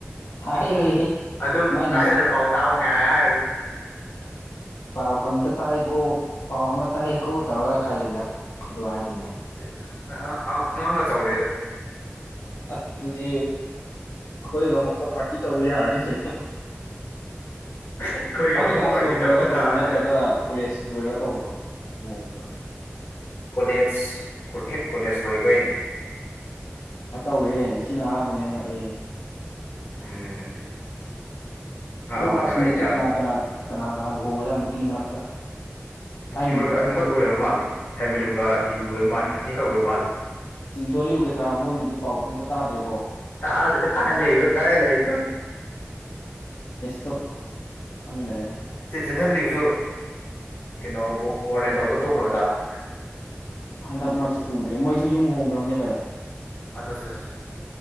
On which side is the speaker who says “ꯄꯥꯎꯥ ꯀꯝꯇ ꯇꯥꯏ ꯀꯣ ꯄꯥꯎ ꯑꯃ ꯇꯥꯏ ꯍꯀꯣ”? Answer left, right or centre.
Left